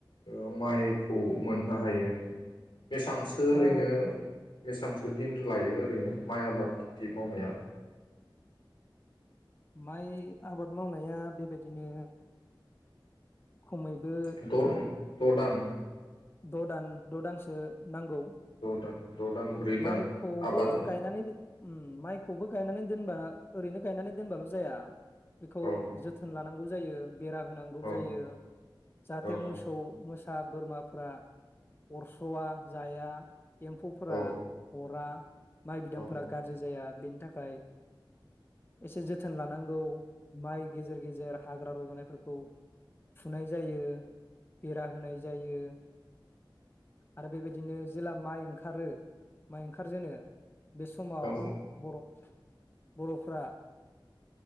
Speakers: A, on the left; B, on the left.
A: ओ माइखौ मोननो हायो बेसांसो ओरैनो
B: ओ
A: बेसांसो दिन लायो ओरैनो माइ आबाद खेथि मावनाया
B: माइ आबाद मावनाया बेबायदिनो खमैबो
A: द दान
B: द' दान द' दानसो नांगौ
A: द दान द' दान ब्रै
B: माइखौबो
A: दान आबाद
B: गायनानै उम माइखौबो गायनानै दोनबा ओरैनो गायनानै दोनबाल' जाया बेखौ
A: औ
B: जोथोन लानांगौ जायो बेरा होनांगौ
A: औ
B: जायो जाहाथे
A: औ
B: मोसौ मोसा फ्रा बोरमाफ्रा अरस'वा जाया एम्फौफोरा
A: औ
B: रा माइ बिदांफोरा
A: औ
B: गाज्रि जाया बे थाखाय एसे जोथोन लानांगौ माइ गेजेर गेजेर हाग्रा रजानायफोरखौ फुनाय जायो बेरा होनाय जायो आरो बेबायदिनो जेला माइ ओंखारो माइ ओंखारजेनो बे समाव
A: औ
B: बर' बर'फ्रा